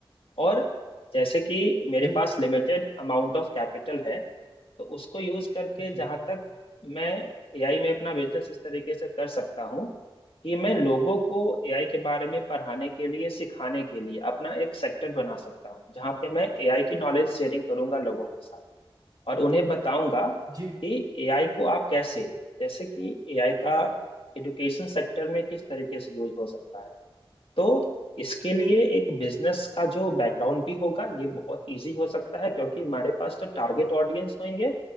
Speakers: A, on the left; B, on the right.
A: और जैसे कि मेरे
B: जी
A: पास लिमिटेड अमाउंट ऑफ कैपिटल है तो उसको यूज करके
B: जी
A: जहां तक मैं एआई में अपना बिजनेस इस तरीके से कर सकता हूँ कि मैं लोगों को एआई के बारे में पढ़ाने के लिए सिखाने के लिए अपना एक सेक्टर बना सकता हूँ जहाँ पे मैं एआई की नॉलेज शेयरिंग करूंगा लोगों के साथ और उन्हें बताऊंगा
B: जी
A: कि एआई को आप कैसे जैसे कि एआई का एजुकेशन सेक्टर में किस तरीके से यूज हो सकता है तो इसके लिए एक बिजनेस का जो बैकग्राउंड भी होगा ये बहुत इजी हो सकता है क्योंकि हमारे पास जो टारगेट ऑडियंस होंगे